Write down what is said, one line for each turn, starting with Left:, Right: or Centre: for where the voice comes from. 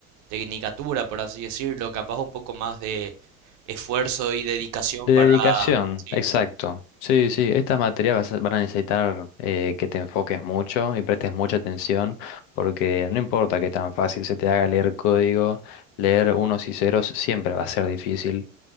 Right: tecnicatura, por así decirlo, capaz un poco más de esfuerzo y dedicación
Left: De
Right: para,
Left: dedicación,
Right: sí,
Left: exacto. Sí, sí, estas materias vas a- van a necesitar eh, que te enfoques mucho y prestes mucha atención, porque no importa que tan fácil se te haga leer código, leer unos y ceros siempre va a ser difícil.